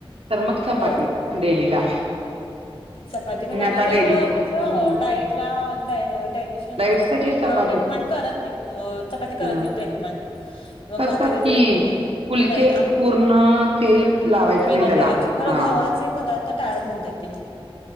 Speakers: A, on the right; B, on the left.
A: तर मग चपाती
B: होय
A: डेली ला.
B: चपाती पण
A: मी
B: चांगलंच
A: आता
B: आहे खूडं
A: हम्म
B: कसं डायट ला डा डाईट पेशंटना
A: साठी
B: ते
A: चपाती
B: क रेकमंड करत नाहीत अ चपाती करत
A: ह
B: नाही रेकमंड. मग
A: करतात
B: भाकरीच
A: की
B: रेकमंड करता.
A: फुलके
B: नाही आम
A: पूर्ण तेल लावायचं
B: बिना
A: नाही त्याला
B: तेलाचे खरं
A: हा
B: गव्हाचे पदार्थ टाळच म्हणत्यात तेनी